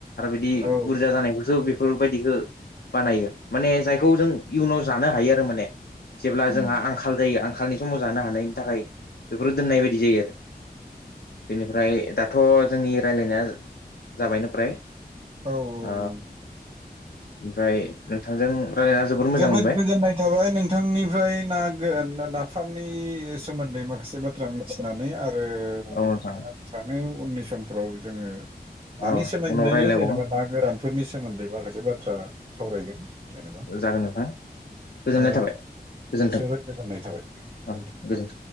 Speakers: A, on the left (about 85°); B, on the right (about 35°).
A: बि
B: औ
A: बुरजा जानायखौसो बे बेफोरबायदिखो बानायो माने जायखौ जों इयुनाव जानो हायो आरो माने। जेब्ला
B: उम।
A: जोंहा आंखाल जायो आंखालनि समाव जानो हानायनि थाखाय बेफोरो दोननाय बायदि जायो आरो। बेनिफ्राय दाथ' जोंनि राय्लायनाया जाबायनो फ्राय।
B: औ
A: ओ
B: औ
A: ओमफ्राय नोंथांजों रायलायना जोबोर मोजां
B: जोबोद
A: मोनबाय
B: गोजोननाय थाबाय नोंथांनिफ्राय ना नाफामनि सोमोन्दै माखासे बाथ बाथ्रा मिथिनानै आरो
A: औ नोंथां
B: आं सानो उननि समफ्राव जोङो नानि
A: अ
B: सोमोन्दैनो
A: उनाव रायज्लायबावगोन
B: जेनेबा ना गोरानफोरनि सोमोन्दै माखासे बाथ्रा सावरायगोन जेनेबा।
A: जागोन नोंथां। गोजोननाय
B: ओ
A: थाबाय गोजोन्थों
B: जोबोद गोजोननाय थाबाय गोजोनथों।
A: अ गोजोन्थों